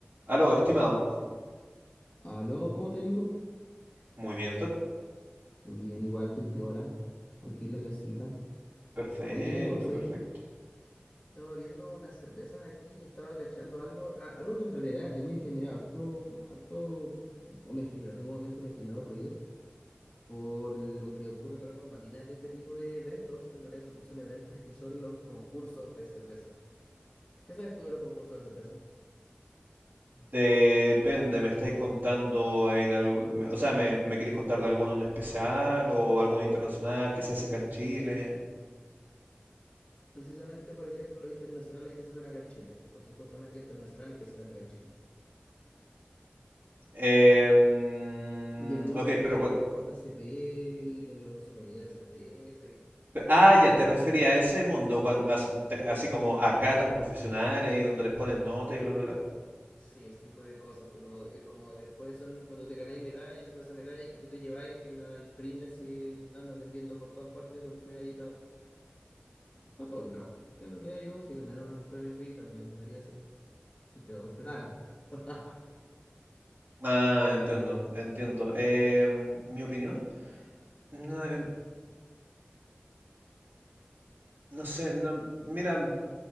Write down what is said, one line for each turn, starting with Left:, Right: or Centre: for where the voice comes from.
Right: Aló, estimado.
Left: Aló, ¿cómo estás, Nico?
Right: Muy bien, usted.
Left: Bien, igual estoy piola, aquí en la casita.
Right: Perfecto,
Left: Oye, Nico, ¿sabes
Right: perfecto.
Left: qué? Estaba viendo unas cervezas aquí y estaba cachando algo, a- algo que en realidad a mí me genera harto, harto, o me generó en algún momento, me generó ruido por lo que ocurre tras bambalinas de este tipo de eventos, que en realidad son, son eventos que son los concursos de cerveza. ¿Qué sabes tú de los concursos de cerveza?
Right: Depende, ¿me estáis contando en algo? me- O sea, ¿me, me queréis contar de alguno en especial o alguno internacional que se hace acá en Chile?
Left: Precisamente, por ejemplo, los internacionales que se hacen acá en Chile, los supuestamente internacionales que se hacen acá en Chile.
Right: Em,
Left: Y el mundo
Right: ok,
Left: en realidad
Right: pero cuan-
Left: del BJCP y de los sommeliers de cerveza y
Right: pe- Ah,
Left: toda
Right: ya,
Left: esa
Right: te refería a
Left: vaina.
Right: ese mundo, cuando, as- te- así como a catas profesionales y donde les pones nota y bla, bla, bla.
Left: Sí, ese tipo de cosas, como, eh, como después son cuando te ganáis medallas, son esas medallas que tú te lleváis, que las imprimes y andas vendiendo por todas partes con tu medallita para todos lados. Que en realidad yo, si ganara una- un premio así, también daría así, si es que lo respetara. <laughs>
Right: Ah, entiendo, entiendo. Em, ¿mi opinión? No, em, no sé, no, mira,